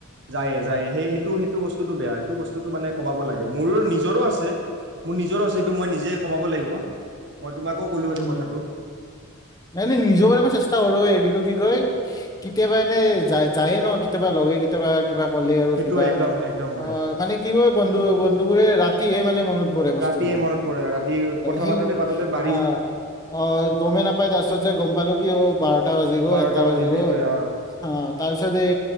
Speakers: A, on the right; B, on the left.
A: যায়ে যায়ে সেই সেইটো সেইটো বস্তুতটো বেয়া সেইটো বস্তু বস্তুটো মানে কমাব লাগ মোৰ নিজৰো আছে মোৰ নিজৰো আছে সেটো মই নিজে কমাব লাগিব মই তোমাকো ক'লো
B: উম
A: এইটো কথাটো
B: নাই ন নিজৰ ব মই চেষ্টা কৰোৱে কিন্তু কি কয় কেতিয়াবা এনে যায় যায়ে ন কেতিয়াবা লগে কেতিয়াবা কিবা ক'লে আৰু
A: সেইটো
B: কিবা
A: একদম একদম হয়
B: অ মানে কি হয় বন্ধু বন্ধু বোৰে ৰাতিয়ে মানে মনত পৰে বস্তুবোৰ
A: ৰাতিয়ে মনত পৰে আৰু ৰাতি কথা
B: সেইবোৰ
A: পাতোতে পাতোতে ব
B: অ অ গমেই নাপাই তাৰ পিছত যে গম পালো কি অ বাৰটা বাজি গ'ল
A: বাৰটা
B: এটা বাজি
A: বাজিল
B: গ'ল
A: সেইটোৱে অ
B: অ তাৰ পিছত এই